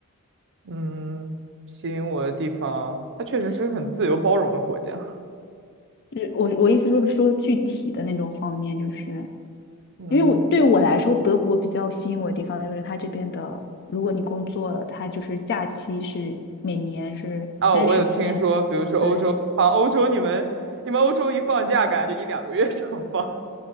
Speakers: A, on the right; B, on the left.
A: 嗯，吸引我的地方，它确实是很自由包容的国家。<laughs>
B: 就是我我意思就是说具体的那种方面，就是
A: 嗯，
B: 因为我对我来说，德国比较吸引我的地方就是它这边的，如果你工作了，它就是假期是每年是三十天，
A: 哦，我有听说，比如说欧洲，
B: 对
A: 啊，欧洲你们你们欧洲一放假，感觉就一两个月 <laughs> 想放。